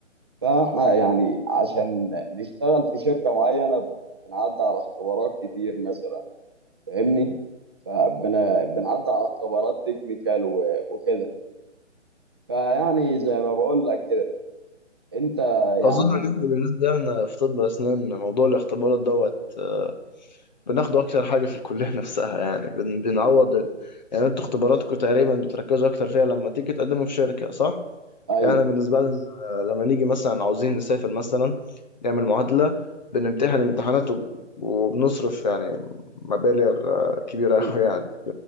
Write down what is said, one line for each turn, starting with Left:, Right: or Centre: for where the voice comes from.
Right: فاحنا يعني عشان نشتغل في شركة معينة بنعدي على اختبارات كتير مثلا فاهمني فبنعدي على اختبارات تكنيكال و- وكده فيعني زي ما بقول لك كده انت
Left: أظن
Right: يعني
Left: إن إحنا بالنسبة لنا في طب أسنان موضوع الاختبارات دوت آه، بناخده أكتر حاجة في الكلية <laughs> نفسها يعني بن- بنعوض ال... يعني أنتوا اختباراتكم تقريبا بتركزوا أكتر فيها لما تيجي تقدموا في شركة صح؟
Right: ايوه
Left: يعني أنا بالنسبة لنا آه، لما نيجي مثلا عاوزين نسافر مثلا نعمل معادلة بنمتحن امتحانات وب- وبنصرف يعني مبالغ آه، كبيرة
Right: اكيد
Left: أوي يعني